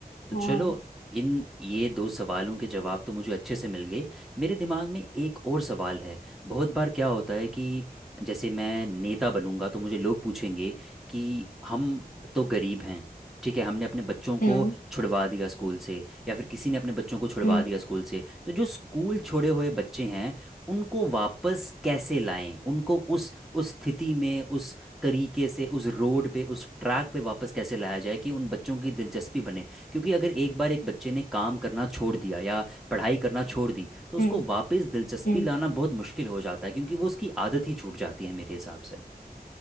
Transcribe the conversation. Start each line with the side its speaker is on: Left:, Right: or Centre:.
Centre: तो
Left: हाँ
Centre: चलो इन ये दो सवालों के जवाब तो मुझे अच्छे से मिल गए मेरे दिमाग में एक और सवाल है बहुत बार क्या होता है कि जैसे मैं नेता बनूंगा तो मुझे लोग पूछेंगे कि हम तो गरीब हैं ठीक है हमने अपने बच्चों
Left: हम्म
Centre: को छुड़वा दिया स्कूल से या फिर किसी ने अपने बच्चों को छुड़वा
Left: हम्म
Centre: दिया स्कूल से तो जो स्कूल छोड़े हुए बच्चे हैं उनको वापस कैसे लाएं उनको उस उस स्थिति में उस तरीके से उस रोड पे उस ट्रैक पे वापस कैसे लाया जाए कि उन बच्चों की दिलचस्पी बने क्योंकि अगर एक बार एक बच्चे ने काम करना छोड़ दिया या पढ़ाई करना छोड़ दी तो उसको
Left: हम्म
Centre: वापस दिलचस्पी
Left: हम्म।
Centre: लाना बहुत मुश्किल हो जाता है क्योंकि वो उसकी आदत ही छूट जाती है मेरे हिसाब से